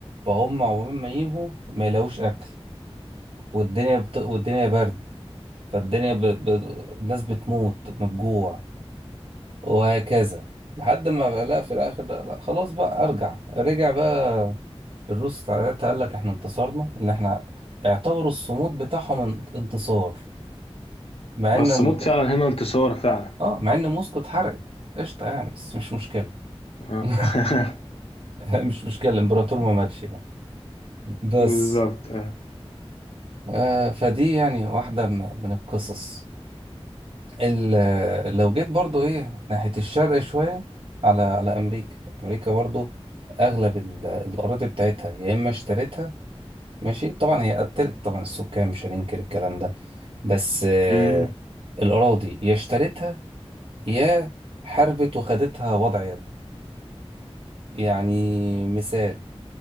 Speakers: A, on the right; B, on the left.
A: فهم عقبال ما ينهوا ما يلاقوش اكل والدنيا بت... والدنيا برد فالدنيا ب... ب... الناس بتموت من الجوع وهكذا لحد ما لا في الاخر لا لا خلاص بقى ارجع رجع بقى الروس ساعتها قال لك احنا انتصرنا ان احنا اعتبروا الصمود بتاعهم ان- انتصار مع
B: بس
A: ان ال...
B: موت فعلا هنا انتصار فعلا
A: اه مع ان موسكو اتحرقت قشطه يعني بس مش مشكله
B: آه.
A: <laughs>
B: <laughs>
A: مش مشكله الامبراطور ما ماتش يعني بس
B: بالظبط آه.
A: آه فدي يعني واحده م- من القصص ال- لو جيت برضو ايه ناحية الشرق شوية على على أمريكا أمريكا برضو أغلب ال- الأراضي بتاعتها يا إما اشتريتها ماشي طبعا هي قتلت طبعا السكان مش هننكر الكلام ده بس آه،
B: مم.
A: الأراضي يا اشتريتها يا حاربت وخدتها وضع يد يعني مثال